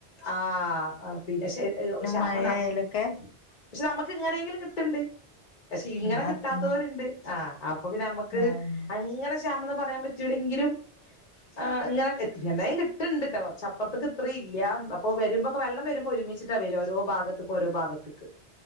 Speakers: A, on the left (about 45°); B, on the left (about 70°).
A: ആഹ് പിന്നെ <unintelligible> ക്ഷാമം
B: മഴയായാലൊക്കെ
A: <unintelligible> പക്ഷെ നമുക്ക് ഇങ്ങനെയെങ്കിലും കിട്ട്ണ്ട്. പക്ഷെ ഇങ്ങനെ
B: ഉം
A: കിട്ടാത്തോര്ണ്ട്.
B: അ ഉം
A: ആഹ് അപ്പൊ പിന്ന നമ്മക്ക്
B: ആഹ്
A: അങ്ങനെ ക്ഷാമന്ന് പറയാൻ പറ്റൂല്ലെങ്കിലും ആഹ് ഞാൻ എത്തികണ്ട്. ഇങ്ങനെത്തന്നേം കിട്ടിണ്ട്ട്ടോ കൊർച്ചപ്പൊർത്ത്ക്ക് ഇത്രില്ലാ, അപ്പൊ വരുമ്പ വള്ളം വരുമ്പോ ഒരുമിച്ചിട്ട് ഓരോ ഭാഗത്ത്ക്ക് ഓരോ ഭാഗത്ത്ക്ക്.